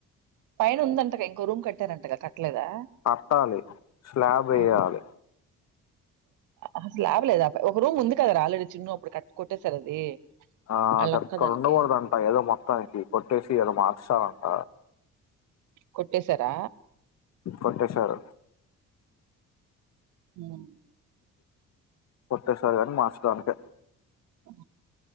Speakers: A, on the right; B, on the left.
A: పైన ఉందంటగా ఇంకో రూమ్ కట్టారంటగా క ట్లేదా
B: కట్టాలి స్లాబ్ వేయాలి
A: ఆహా అసలు లాభలేద ఆ ఒక రూమ్ ఉంది కదా రా ఆల్రెడీ చిన్ను అప్పుడు కట్ కొట్టేసారా అది
B: ఆక్కడ
A: వాళ్ళ అక్క దానికి
B: ఉండకూడదంట ఏదో మొత్తానికి కొట్టేసి ఏదో మార్చాలంట
A: కొట్టేేశార
B: కొట్టేశారు
A: ఉ ఉ
B: కొట్టేసాదని మార్చిన అంతే
A: ఉ